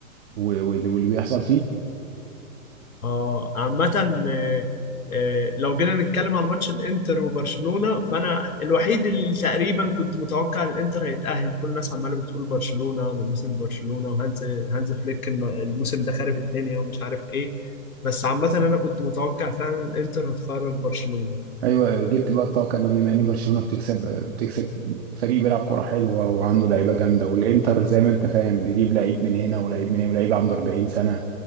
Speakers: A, on the right; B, on the left.
A: و... وال- واللي بيحصل فيه
B: اه عامة آه، آه، لو جينا نتكلم على ماتش الانتر وبرشلونة فانا الوحيد اللي تقريبا كنت متوقع الانتر هيتأهل كل الناس عمالة بتقول برشلونة ده موسم برشلونة وهانز هانز فليك الم- الموسم ده خارب الدنيا ومش عارف ايه بس عامة انا كنت متوقع فعلا الانتر هتخرج برشلونة
A: ايوه جبت بقى الطاقه ده بما ان برشلونه بتكسب بتكسب فريق بيلعب كوره حلوه وعنده لعيبه جامده والانتر زي ما انت فاهم بيجيب لعيب من هنا ولعيب من هنا ولعيب عنده 40 سنه